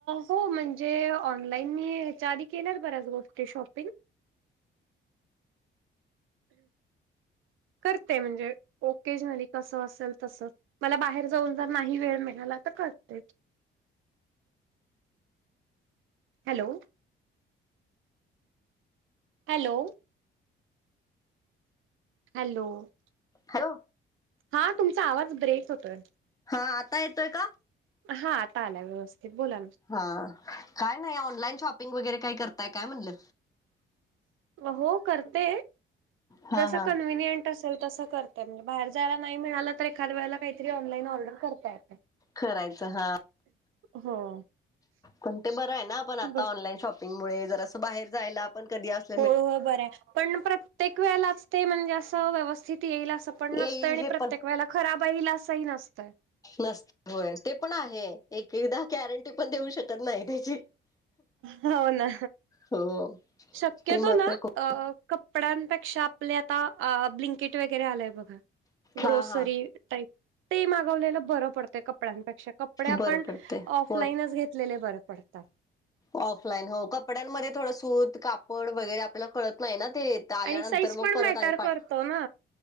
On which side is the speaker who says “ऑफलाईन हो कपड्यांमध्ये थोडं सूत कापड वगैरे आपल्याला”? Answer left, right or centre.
Left